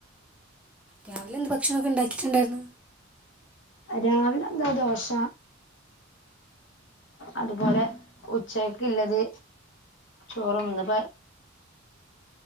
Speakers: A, in the centre; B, on the left.
A: രാവിലെ ന്ന് ഭക്ഷണൊക്കെ ണ്ടാക്കിട്ടുണ്ടാരുന്നു
B: രാവിലെ എന്താ ദോശ അതുപോലെ ഉച്ചകക്കള്ളത് ചോറും ന്ന്പ്പോ